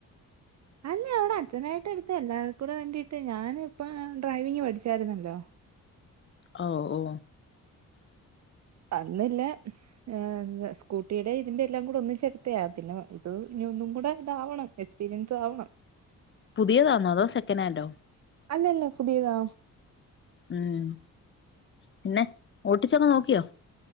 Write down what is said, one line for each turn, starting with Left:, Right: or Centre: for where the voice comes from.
Right: അല്ല ഇവിടെ അച്ഛനായിട്ട് എടുത്തതാ എല്ലാർക്കൂടെവേണ്ടിട്ട് ഞാനിപ്പം ആഹ് ഡ്രൈവിംഗ് പഠിച്ചാര്ന്നല്ലോ
Left: അവ് ഓ
Right: അന്നില്ലെ ആഹ് എന്താ സ്കൂട്ടീടേം ഇതിന്റേം എല്ലാം കൂട ഒന്നിച്ചെടുത്ത് ഞാൻ പിന്ന ഇത് ഇനി ഒന്നും കൂടെ ഇതാവണം എസ് പീരിയൻസ് ആവണം
Left: പുതിയതാന്നോ അതോ സെക്കനാൻഡോ
Right: അല്ലല്ല പുതിയതാ
Left: ഉം പിന്നെ ഓട്ടിച്ചൊക്കെ നോക്കിയോ